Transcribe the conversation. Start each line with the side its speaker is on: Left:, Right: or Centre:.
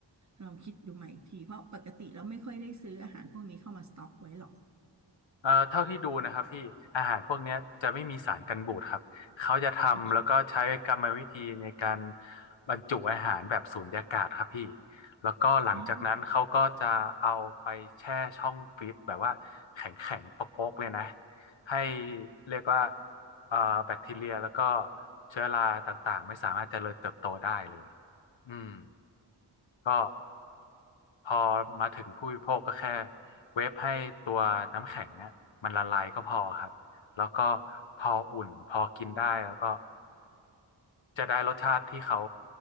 Right: ลองคิดดูใหม่อีกทีเพราะปกติเราไม่ค่อยได้ซื้ออาหารพวกนี้เข้ามาสต็อกไว้หรอก
Left: เอ่อเท่าที่ดูนะครับพี่อาหารพวกเนี้ยจะไม่มีสารกันบูดครับเขาจะทำแล้วก็ใช้กรรมวิธีในการ
Right: โอ
Left: บรรจุอาหารแบบสูญญากาศครับพี่แล้วก็หลังจากนั้นเขาก็จะเอาไปแช่ช่องฟรีซแบบว่าแข็งแข็งโป๊กๆเลยนะ
Right: นะ
Left: ให้เรียกว่าเอ่อแบคทีเรียแล้วก็เชื้อราต่างๆไม่สามารถเจริญเติบโตได้เลยอืมก็ พอมาถึงผู้บริโภคก็แค่เวฟให้ตัวน้ำแข็งเนี่ยมันละลายก็พอครับแล้วก็พออุ่นพอกินได้แล้วก็จะได้รสชาติที่เขา